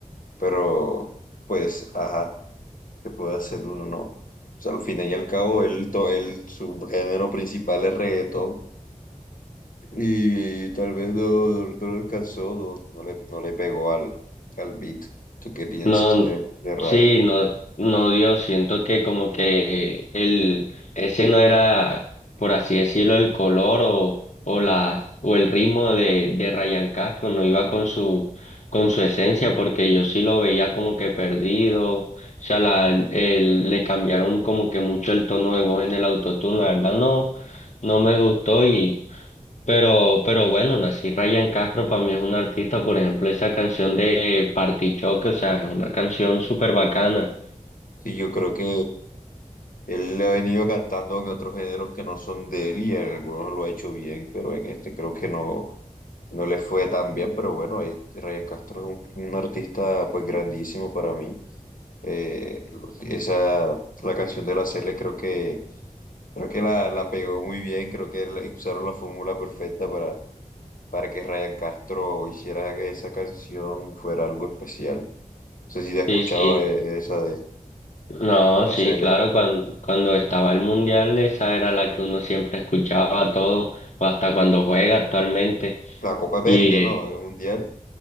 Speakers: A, on the left; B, on the left.
A: Pero, pues, ajá, se puede hacer uno, ¿no? O sea, al fin y al cabo, él, to- él, su género principal es reggaetón. Y tal vez no, no, no le alcanzó, no, no le, no le pegó al, al beat. ¿Tú qué piensas
B: No,
A: de, de Raya?
B: sí, no, no dio. Siento que como que el, ese no era, por así decirlo, el color o, o la, o el ritmo de, de Ryan Castro, no iba con su, con su esencia, porque yo sí lo veía como que perdido. O sea, la, el- le cambiaron como que mucho el tono de voz en el autotune. La verdad no, no me gustó pero, pero bueno, Nací Ryan Castro para mí es un artista, por ejemplo, esa canción de Party Choque, o sea, es una canción súper bacana.
A: Sí, yo creo que Él le ha venido cantando en otros géneros que no son de él y en algunos lo ha hecho bien, pero en este creo que no, no le fue tan bien. Pero bueno, eh, Ryan Castro es un, un artista pues grandísimo para mí. Eh, esa, la canción de la Cele creo que, creo que la, la pegó muy bien, creo que le- usaron la fórmula perfecta para, para que Ryan Castro hiciera que esa canción fuera algo especial. No sé si te has
B: Sí,
A: escuchado
B: sí.
A: eh, esa de,
B: No,
A: de la
B: sí,
A: Cele.
B: claro, cuando, cuando estaba el mundial, esa era la que uno siempre escuchaba todo, hasta cuando juega actualmente.
A: La Copa América,
B: Y
A: ¿no?
B: eh,
A: El Mundial.